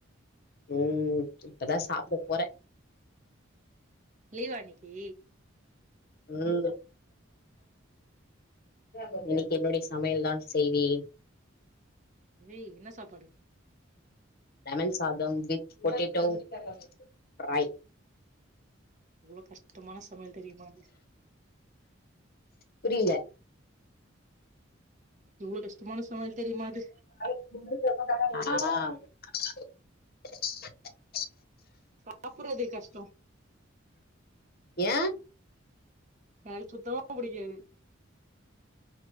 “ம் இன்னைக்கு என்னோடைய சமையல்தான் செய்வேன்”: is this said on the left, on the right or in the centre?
Left